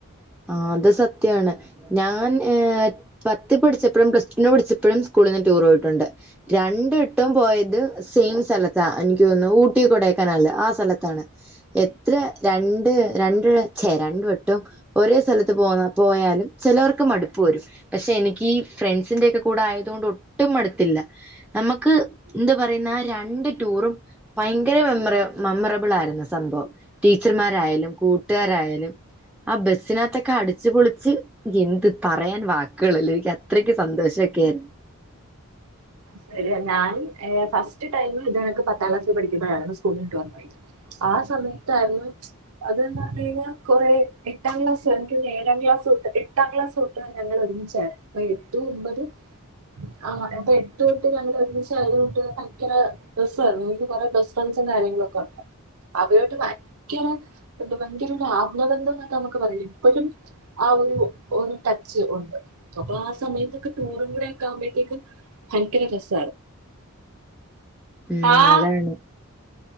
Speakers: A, in the centre; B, on the right.
A: ആ ത് സത്യാണ്. ഞാൻ ഏ പത്ത് പഠിച്ചപ്പഴും പ്ലസ് ടു പഠിച്ചപ്പഴും സ്കൂളിൾന്ന് ടൂർ പോയിട്ടുണ്ട്. രണ്ടട്ടും പോയത് സെയിം സ്ഥലത്താ എനിക്ക് തോന്നുന്നു ഊട്ടി കൊടയക്കാനാല് ആ സ്ഥലത്താണ്. എത്ര രണ്ട് രണ്ട ച്ചേ രണ്ട വട്ടും ഒരേ സ്ഥലത്ത് പോന്നാ പോയാലും ചിലവർക്ക് മടുപ്പ് വരും. പക്ഷെ എനിക്ക് ഈ ഫ്രണ്ട്സിന്റെയൊക്കെ കൂടെ ആയോണ്ട് കൊണ്ട് ഒട്ടും മടുത്തില്ല. നമക്ക് എന്താ പറയുന്ന രണ്ട് ടൂറും ഭയങ്കര മെമ്മറ മെമ്മറബിൾ ആയിരുന്ന സംഭവം ടീച്ചർമാരായാലും കൂട്ടുകാരായാലും ആ ബസ്സിനകത്തൊക്കെ അടിച്ച് പൊളിച്ച് എന്ത് പറയാൻ വാക്കുകളില്ല എനിക്കത്രക്ക് സന്തോഷൊക്കെ ആയിരുന്നു
B: ശരി ഞാ ഫസ്റ്റ് ടൈമ ഇത്ങ്ങൊക്ക് പത്താം ക്ലാസ്ൽ പഠിക്ക്പഴാ സ്കൂളിൽട്ട്ത് ആ സമയത്തായിരുന്നു അതന്ന് പറഞ്ഞ കഴിഞ്ഞാ കൊറെ എട്ടാം ക്ലാസ് എനക്ക് തോന്നുന്നു ഏഴാം ക്ലാസ് തൊട്ട് എട്ടാം ക്ലാസ് ഞങ്ങൾ ഒരുങ്ങിച്ചേരാ അപ്പ എട്ടു ഒമ്പത് ആ അപ്പൊ എട്ടുട്ട ഞ ഒരുമിച് ആയതുകണ്ട് ഭയങ്കര രരുന്നു എനിക്ക് കുറേ ബസ്റ്റ് ഫ്രൻസും കാര്യങ്ങളും ഒക്കെ ഉണ്ട് അവരോട്ട് വയക്ക എന്ത ഭയങ്കര ഒരു ആത്മബന്ധം എന്നക്കെ നമുക്ക് പറയാ ഇപ്പോഴും ആ ഒരു ഒരു ടച്ച് ഉണ്ട് അപ്പൊ ആ സമയത്തൊക്കെ ടൂറും കൂടെ ഒക്ക ആമ്പോഴത്തേക്കും ഭയങ്കര രസ
A: ഉം
B: ആഹ്
A: അതാണ്